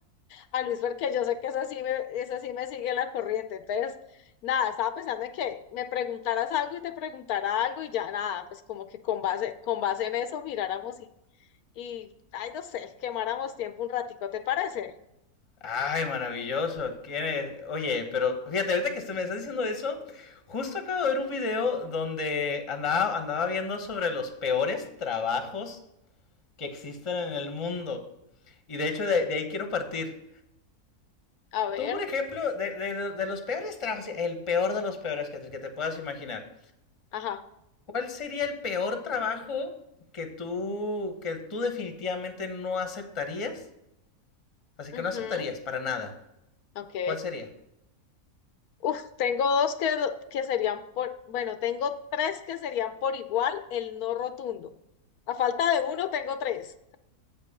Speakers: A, on the left; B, on the left.
A: a Luis porque yo sé que eso sí me, eso sí me sigue la corriente. Entonces, nada, estaba pensando en que me preguntaras algo y te preguntara algo y ya nada, pues como que con base, con base en eso miráramos y, y, ay, no sé, quemáramos tiempo un ratico, ¿te parece?
B: Ay, maravilloso. ¿Quién es? Oye, pero fíjate, ahorita que usted me está diciendo eso, justo acabo de ver un video donde andaba, andaba viendo sobre los peores trabajos que existen en el mundo. Y de hecho, de, de ahí quiero partir.
A: A ver,
B: Tú, por ejemplo, de, de- de los peores trabajos, el peor de los peores que te, que te puedas imaginar.
A: ajá,
B: ¿Cuál sería el peor trabajo que tú, que tú definitivamente no aceptarías? Así
A: ujú,
B: que no aceptarías para nada.
A: ok.
B: ¿Cuál sería?
A: Uf, tengo dos que, que serían por, bueno, tengo tres que serían por igual el no rotundo. A falta de uno, tengo tres.